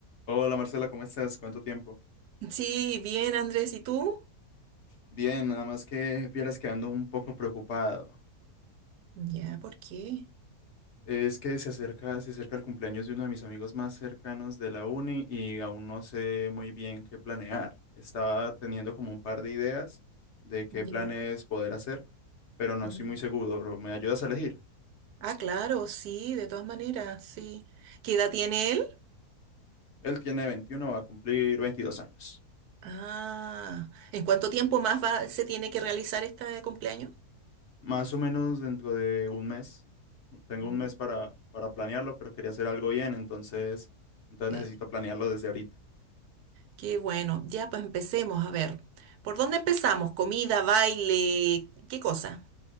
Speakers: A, on the left (about 55°); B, on the right (about 75°).
A: Hola Marcela, ¿cómo estás? ¿Cuánto tiempo?
B: Sí, bien, Andrés, ¿y tú?
A: Bien, nada más que vieras que ando un poco preocupado.
B: Ya, ¿por qué?
A: Es que se acerca, se acerca el cumpleaños de uno de mis amigos más cercanos de la uni y aún no sé muy bien qué planear. Estaba teniendo como un par de ideas de qué
B: Ya.
A: planes poder hacer, pero no
B: mm.
A: estoy muy seguro. ¿Me ayudas a elegir?
B: Ah, claro, sí, de todas maneras, sí. ¿Qué edad tiene él?
A: Él tiene 21, va a cumplir 22 años.
B: Ah, ¿en cuánto tiempo más va, se tiene que realizar este cumpleaños?
A: Más o menos dentro de un mes. Tengo
B: Mm.
A: un mes para, para planearlo, pero quería hacer algo bien, entonces, entonces
B: Sí.
A: necesito planearlo desde ahorita.
B: Qué bueno, ya pues empecemos, a ver. ¿Por dónde empezamos? ¿Comida, baile? ¿Qué cosa?